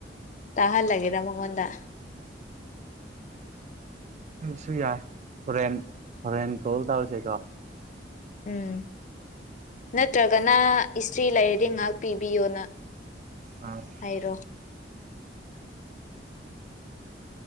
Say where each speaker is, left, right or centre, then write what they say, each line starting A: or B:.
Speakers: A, on the left (about 45°); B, on the right (about 40°).
A: ꯇꯥ ꯍꯥꯜꯒꯦꯗ ꯃꯒꯗ
B: ꯁꯨ ꯌꯥꯏ ꯍꯣꯔꯦꯟ ꯍꯣꯔꯦꯟ ꯀꯣꯜ ꯇꯧꯔꯁꯦꯀꯣ
A: ꯎꯝ ꯅꯠꯇ꯭ꯔꯒꯅ ꯏꯁꯇ꯭ꯔꯤ ꯂꯩꯔꯗꯤ ꯉꯥꯏꯍꯥꯛ ꯄꯤꯕꯤꯌꯣꯅ
B: ꯑꯥ
A: ꯍꯥꯏꯔꯣ